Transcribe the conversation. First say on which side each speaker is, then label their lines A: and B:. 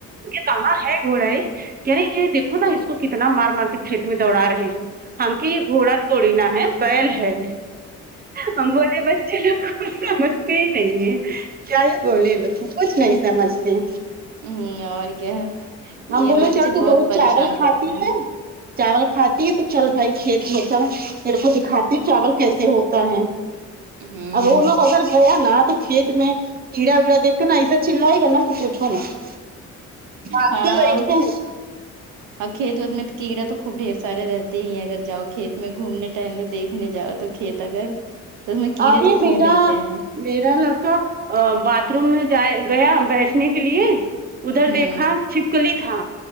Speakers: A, on the right; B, on the right.
A: کہاں ہے گھوڑا ہے کہہ رہے یہ دیکھو نا اس کو کتنا مار مار کے کھیت میں دوڑا رہے ہیں ہم کی یہ گھوڑا تھوڑی نا ہے بیل ہے ہم بولے بچے لوگوں کو سمجھتے ہی نہیں ہیں کیا ہی بولے ان لوگ کچھ نہیں سمجھتے
B: ہ اور کیا ہے
A: ہم
B: یہ
A: بولے
B: بچے
A: چل تو
B: بہت پریشان
A: چاول کھاتی
B: کرتے ہیں
A: ہے چاول کھاتی ہے تو چل بھائی کھیت میں چل میرے کو دکھاتی چاول کیسے ہوتا ہے
B: ہوں
A: اب وہ لوگ اگر گیا نا تو کھیت میں کیڑا وڑا دیکھ کے نا اسے چلا رہائے گا نا کہ پچو مت بھاگتے
B: ہاں
A: بیٹھتے
B: اور
A: ہیں
B: اور کھیت وت میں تو کیڑا تو خوب ڈھیر سارے رہتے ہی اگر جاؤ کھیت میں گھومنے ٹہلنے دیکھنے جاؤ تو کھیت اگر تو اس میں کیڑے
A: ارے
B: تو
A: میرا
B: خوب ملتے ہیں
A: میرا لڑکا باتھ روم میں جائے گیا بیٹھنے کے لیے ادھر
B: ہوں
A: دیکھا چھپکلی تھا